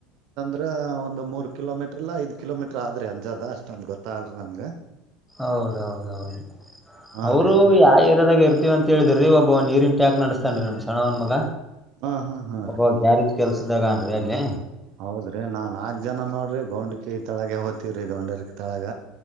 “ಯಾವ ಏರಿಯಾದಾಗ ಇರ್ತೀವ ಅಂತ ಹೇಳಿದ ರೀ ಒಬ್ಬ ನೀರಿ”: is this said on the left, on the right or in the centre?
Centre